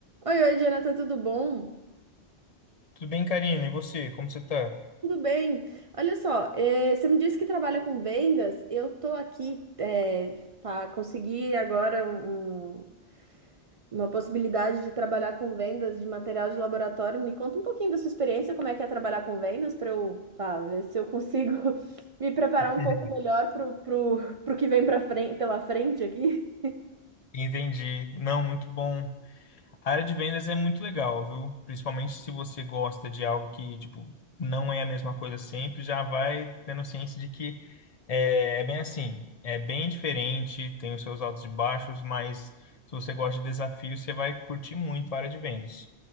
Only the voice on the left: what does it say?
Tudo bem, Karina? E você? Como você tá?
<laughs>
Entendi. Não, muito bom. A área de vendas é muito legal, viu? Principalmente se você gosta de algo que, tipo, não é a mesma coisa sempre, já vai tendo ciência de que é, é bem assim, é bem diferente, tem os seus altos e baixos, mas se você gosta de desafios, você vai curtir muito a área de vendas.